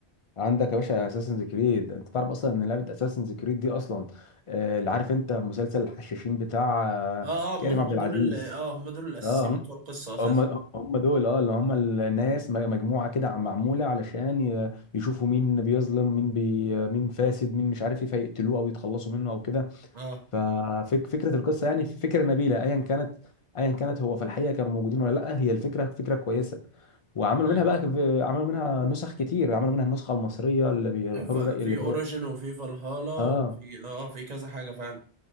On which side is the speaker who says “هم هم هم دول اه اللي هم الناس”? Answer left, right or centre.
Left